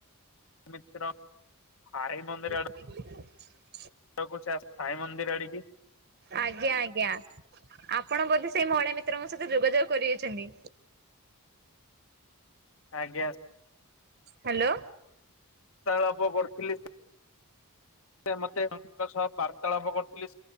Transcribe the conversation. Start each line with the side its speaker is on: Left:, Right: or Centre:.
Left: ମିତ୍ର ସାଇ ମନ୍ଦିର ଆଡେ
Right: <unintelligible>
Left: <unintelligible> ସାଇ ମନ୍ଦିର ଆଡିକି।
Right: ଆଜ୍ଞା ଆଜ୍ଞା। ଆପଣ ବୋଧେ ସେଇ ମହିଳା ମିତ୍ରଙ୍କ ସହିତ ଯୋଗାଯୋଗ କରିଇଛନ୍ତି।
Left: ଆଜ୍ଞା
Right: ହ୍ୟାଲୋ
Left: ବାର୍ତ୍ତଳାପ କରିଥିଲି ସେ ମତେ ସହ ବାର୍ତ୍ତାଳାପ କରିଥିଲି